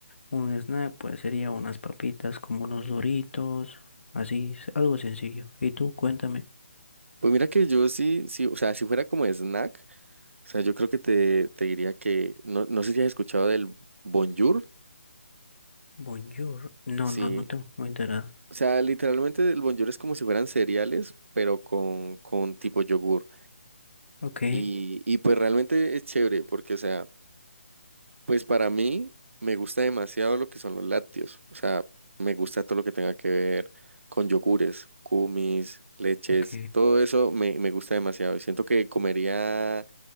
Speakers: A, on the left; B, on the right.
A: Un snack, pues sería unas papitas como unos Doritos, así, s- algo sencillo. Y tú, cuéntame.
B: Pues mira que yo sí, sí, o sea, si fuera como snack, o sea, yo creo que te, te diría que, no, no sé si has escuchado del Bonjour,
A: Bonjour. No,
B: sí,
A: no, no tengo muy enterado.
B: o sea, literalmente el Bonjour es como si fueran cereales, pero con, con tipo yogur,
A: Ok,
B: y, y pues realmente es chévere, porque, o sea, pues para mí me gusta demasiado lo que son los lácteos, o sea, me gusta todo lo que tenga que ver con yogures, kumis, leches,
A: ok.
B: todo eso me, me gusta demasiado, y siento que comería